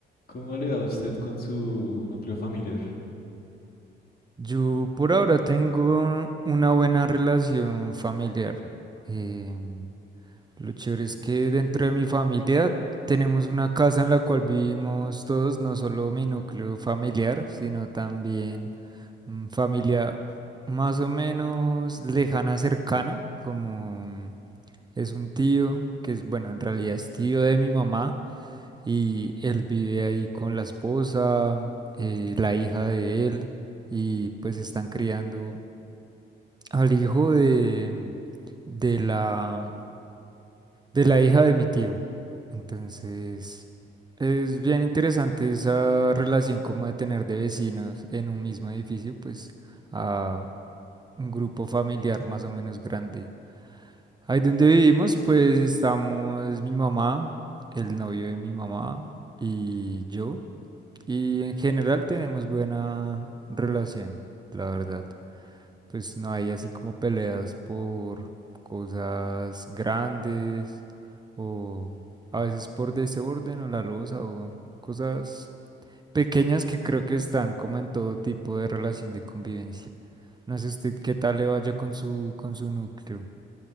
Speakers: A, on the left; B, on the right.
A: ¿Cómo le va a usted con su núcleo familiar?
B: Yo por ahora tengo una buena relación familiar. Eh, lo chévere es que dentro de mi familia tenemos una casa en la cual vivimos todos, no solo mi núcleo familiar, sino también mm, familia más o menos lejana, cercana, como mm, es un tío, que es, bueno, en realidad es tío de mi mamá y él vive ahí con la esposa, eh, la hija de él y pues están criando al hijo de, de la, de la hija de mi tío. Entonces, es bien interesante esa relación como de tener de vecinos en un mismo edificio, pues a un grupo familiar más o menos grande. Ahí donde vivimos, pues estamos mi mamá, el novio de mi mamá y yo. Y en general tenemos buena relación, la verdad. Pues no hay así como peleas por cosas grandes o a veces por desorden o la loza o cosas pequeñas que creo que están como en todo tipo de relación de convivencia. No sé usted qué tal le vaya con su con su núcleo.